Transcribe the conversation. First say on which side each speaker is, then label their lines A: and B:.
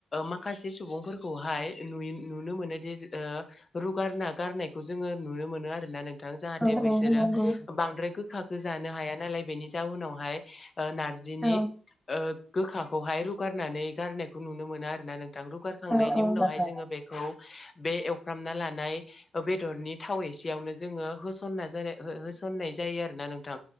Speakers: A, on the left; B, in the centre.
A: मा खासे सुबुंफोरखौहाय नुनो मोनोदि रुगारना गारनायखौ जोङो नुनो मोनो आरोना नोंथां जाहाथे
B: औ
A: बिसोरो
B: औ नंगौ
A: बांद्राय गोखाखौ जानो हाया नालाय बेनि जाउनावहाय ओ नारजिनि
B: औ
A: ओ गोखाखौहाय रु गारनानै गारनायखौ नुनो मोनो आरोना नोंथां रुगारखांनायनि
B: औ औ
A: उनावहाय
B: औ
A: जोङो बेखौ बे एव फ्रामना लानाय बेदरनि थाव एसेयावनो जोङो होसनना ज होसननाय जायो आरो। <unintelligible> नोंथां